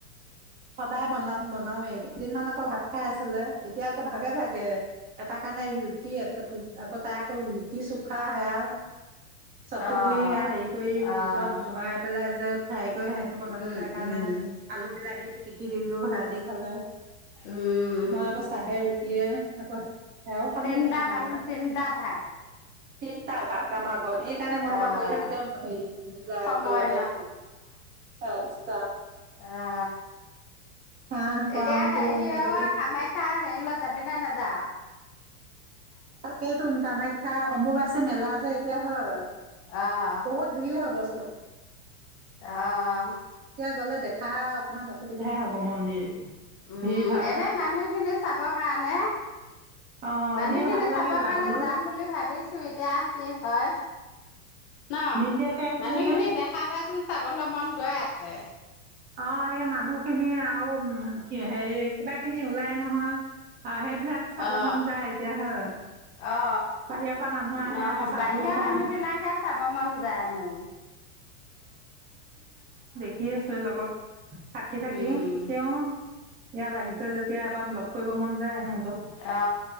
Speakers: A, on the right; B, on the left.
A: সদায় বনাম বনাওয়েই কেইদিনমান আকৌ ভাত খাই আছিলে এতিয়া আকৌ ভাগে ভাগে এটা কাৰণে ৰুটি আকৌ তাই আকৌ ৰুটি চুখা সেয়া চাটু
B: অহ
A: গুৰি সেয়া হেৰি কৰি
B: অহ
A: ভিতৰত ভৰাই পেলাই যে ফ্ৰাই কৰি সেইটো বনালো
B: উম
A: তাইৰ কাৰণে
B: উম
A: আলু বিলাহী পি দিলো সেয়া দি খালে।
B: উম
A: মই আকৌ চাহে ৰুটিয়ে আকৌ সেয়াও খালো
B: তিনিটা
A: অকমান যেনিবা
B: মানু্হ তিনিটা ভাগ।
A: তিনটা ভাগ আমাৰ ঘৰত সেইকাৰণে মই এই
B: আহ
A: সোপা কৰি থাকোতে, হেৰি যাই
B: সময়
A: আগবেলা টাইমটো
B: এয়া
A: চাহ খুৱাওতেও
B: এতিয়া হেৰি
A: মন্দিৰটো
B: অৱা কামাখ্যা হেৰি লৈ, যাবি নে নেযাওঁ?
A: তাকেইটোন কামাখ্যা অম্বুবাছেী মেলা যে এতিয়া হয়!
B: অহ
A: বহুত ভিৰ হব চো চোন
B: অ'।
A: এতিয়া গ'লে দেখা অকণমান অসুবিধাই হ'ব মন্দিৰ।
B: উম
A: ভিৰ ভাৰ
B: এনে মানুহখিনি চাব কাৰণে।
A: অ
B: মানুহখিনি
A: এনেই ভাল লাগে
B: চাব
A: যাবলৈ
B: কাৰণে যাম বুলি ভাবিছো এতিয়া কি হয়! ন?
A: দিনদিয়াকে আহিলিগেনে
B: মানুহখিনি দেখা পাই চোন চাবলৈ মন গৈ আছে।
A: অ সেই মা মানুহ টখিনি আৰু উ হেৰি কিবা খিনি ওলাই নহয়। অ' সেইবিলাক চাব
B: অ
A: মন যায় এতিয়া হয়।
B: অ
A: বাহিৰ পৰা মানুহ আহে
B: নহ
A: সাধু
B: বাহিৰৰ
A: চন্ত
B: মানুহ বিলাকহে চাব মন যায় মোৰ।
A: সি আছে লগত। থাকি থাকি
B: উম
A: তেওঁ ইয়াত আহিছে যেতিয়া এবাৰ লগ কৰিব মন যায় সিহঁতক
B: অ